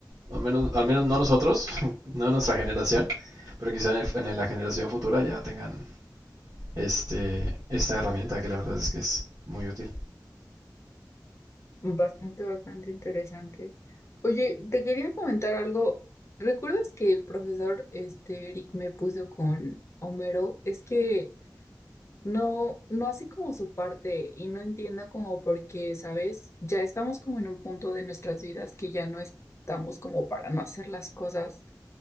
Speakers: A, on the right; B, on the left.
A: al menos, al menos no nosotros, <laughs> no nuestra generación, pero quizá en, el- en la generación futura ya tengan este, esta herramienta que la verdad es que es muy útil.
B: Bastante, bastante interesante. Oye, te quería comentar algo. ¿Recuerdas que el profesor, este, Eric me puso con Homero? Es que No, no así como su parte y no entiendo como por qué, ¿sabes? Ya estamos como en un punto de nuestras vidas que ya no estamos como para no hacer las cosas.